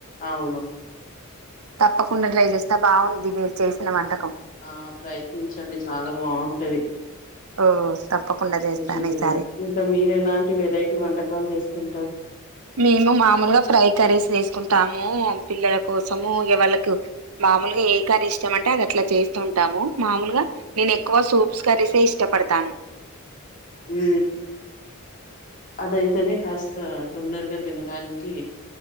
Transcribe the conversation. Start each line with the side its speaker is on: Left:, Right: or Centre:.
Left: అవును
Right: తప్పకుండా ట్రై చేస్తా బాగుంది మీరు చేసినా వంట
Left: ఆ ప్రయత్నించండి చాలా బాగుంటది
Right: ఓ తప్పకుండా చేస్తాను
Left: రుచి చూడండి
Right: ఈసారి
Left: ఇంకా మీరు ఎలాంటి వెరైటీ వంటకాలు చేస్ ఉంటార్
Right: మేము మామూలుగా ఫ్రై కర్రీస్ వేసుకుంటాము పిల్లల కోసము ఏ వాళ్ళకు మామలుగా ఏ కర్రీ ఇష్టం అంటే అది అట్లా చేస్తూ ఉంటాము మామూలుగా నేను ఎక్కువ సూప్స్ కర్రీసే ఇష్టం పడతాను
Left: ఉ అదయితేనే కాస్త తొందరగా తినడానికి